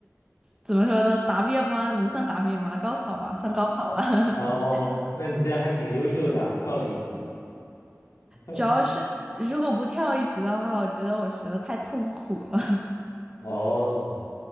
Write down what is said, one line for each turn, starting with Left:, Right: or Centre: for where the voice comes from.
Right: 怎么说呢？答辩吗？能算答辩吗？高考吧，算高考吧。
Left: 呃，
Right: <laughs>
Left: 哦，那你这还挺优秀的啊，跳了一级啊 <laughs>
Right: 主要是如果不跳一级的话，我觉得我学的太痛苦了。
Left: 哦，